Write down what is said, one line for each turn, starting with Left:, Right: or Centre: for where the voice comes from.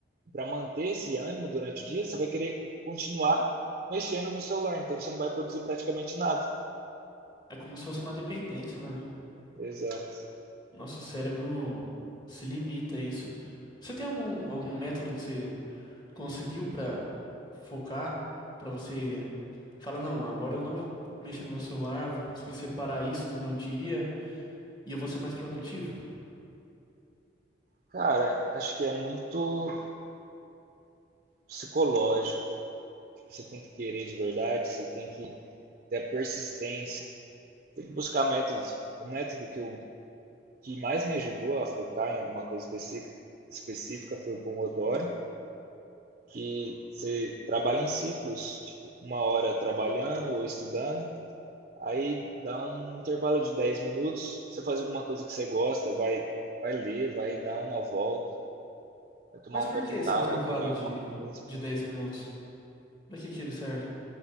Right: Para manter esse ânimo durante o dia, você vai querer continuar mexendo no celular, então você não vai produzir praticamente nada.
Left: É como se fosse uma dependência, né?
Right: Exato.
Left: Nosso cérebro se limita a isso. Você tem algum, algum método que você conseguiu pra focar, Pra você Fala, não, agora eu não vou mexer no meu celular, vou conseguir separar isso do meu dia e eu vou ser mais produtivo.
Right: Cara, acho que é muito psicológico. Você tem que querer de verdade, você tem que ter a persistência. tem que buscar métodos. O método que, eu, que mais me ajudou a focar em alguma coisa específica, específica foi o Pomodoro, que você trabalha em ciclos, tipo, uma hora trabalhando ou estudando, aí dá um intervalo de 10 minutos, você faz alguma coisa que você gosta, vai, vai ler, vai dar uma volta, vai tomar
Left: Mas
Right: um
Left: por
Right: copo
Left: que esse
Right: d'água,
Left: intervalo
Right: comer alguma
Left: de,
Right: coisa.
Left: de 10 minutos? Pra que que ele serve?